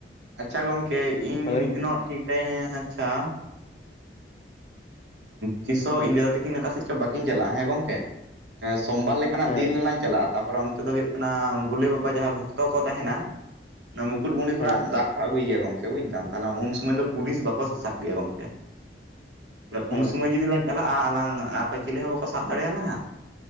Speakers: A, on the right; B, on the left.
A: ᱟᱪᱪᱷᱟ ᱜᱚᱢᱠᱮ ᱤᱧ
B: ᱦᱳᱭ
A: ᱢᱤᱫ ᱫᱤᱱᱚᱜ ᱴᱷᱤᱠ ᱴᱟ ᱟᱪᱪᱷᱟ ᱾ ᱛᱤᱥᱚᱜ ᱦᱚᱸ ᱤᱧ ᱫᱟᱫᱩ ᱛᱟᱹᱠᱤᱱ ᱚᱠᱟ ᱥᱮᱫ ᱪᱚ ᱵᱟᱹᱹᱠᱤᱱ ᱪᱟᱞᱟᱜᱼᱟ ᱦᱮᱸ ᱜᱚᱢᱠᱮ ᱮ ᱥᱚᱢᱵᱟᱨ ᱞᱮᱠᱟᱱᱟᱜ
B: ᱦᱮᱸ
A: ᱫᱤᱱ ᱨᱮᱞᱟᱝ ᱪᱟᱞᱟᱜᱼᱟ᱾ ᱛᱟᱯᱚᱨᱮ ᱚᱱᱛᱮ ᱫᱚ ᱦᱩᱭᱩᱜ ᱠᱟᱱᱟ ᱵᱷᱳᱞᱮ ᱵᱟᱵᱟ ᱡᱟᱦᱟᱸ ᱵᱷᱚᱠᱛᱚ ᱠᱚ ᱛᱟᱦᱮᱱᱟ ᱾ ᱚᱱᱟ ᱢᱩᱠᱩᱴᱢᱩᱱᱤ ᱠᱷᱚᱱᱟᱜ
B: ᱦᱮᱸ
A: ᱫᱟᱜ ᱠᱚ ᱟᱹᱜᱩᱭ ᱜᱮᱭᱟ ᱜᱚᱢ ᱜᱚᱢᱠᱮ ᱵᱩᱡ ᱫᱟᱢ ᱛᱟᱦᱞᱮ ᱩᱱ ᱥᱚᱢᱚᱭ ᱫᱚ ᱯᱩᱞᱤᱥ ᱵᱟᱠᱚ ᱥᱟᱥᱟᱵ ᱜᱮᱭᱟ ᱜᱚᱢᱠᱮ
B: ᱦᱮᱸ
A: ᱩᱱ ᱥᱚᱢᱚᱭ ᱡᱩᱫᱤ ᱞᱟᱝ ᱪᱟᱞᱟᱜᱼᱟ ᱟᱞᱟᱝ ᱚᱠᱚᱭ ᱪᱤᱞᱤ ᱦᱚᱸ ᱵᱟᱠᱚ ᱥᱟᱵ ᱫᱟᱲᱮᱭᱟᱞᱟᱝᱟ ᱾